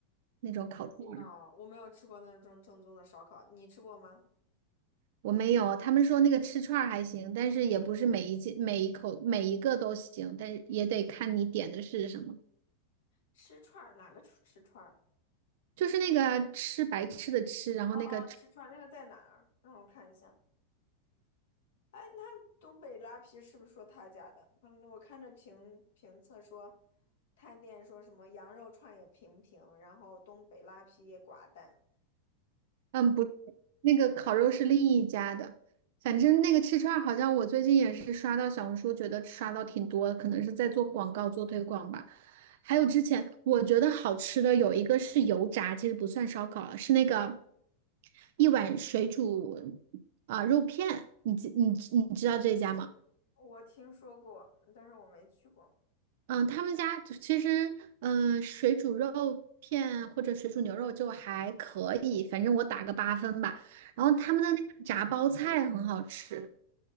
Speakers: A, on the right; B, on the left.
A: 那种烤串儿。
B: 我没有，我没有吃过那种正宗的烧烤，你吃过吗？
A: 我没有，他们说那个吃串儿还行，但是也不是每一件每一口每一个都行，但是也得看你点的是什么。
B: 吃串儿哪个吃吃串儿？
A: 就是那个啊吃白吃的吃，然后那个
B: 哦哦，吃串儿那个在哪儿？让我看一下。哎，那东北拉皮是不是说他家的？嗯，我看着评评测说，探店说什么羊肉串也平平，然后东北拉皮也寡淡。
A: 嗯不，那个烤肉是另一家的。反正那个吃串儿好像我最近也是刷到小红书，觉得刷到挺多的，可能是在做广告做推广吧。还有之前我觉得好吃的有一个是油炸，其实不算烧烤了，是那个一碗水煮啊、肉片，你知你知你知道这家吗？
B: 我听说过，但是我没去过。
A: 嗯，他们家就其实，嗯，水煮肉片或者水煮牛肉就还可以，反正我打个八分吧。然后他们的那个炸包菜很好吃，
B: 嗯，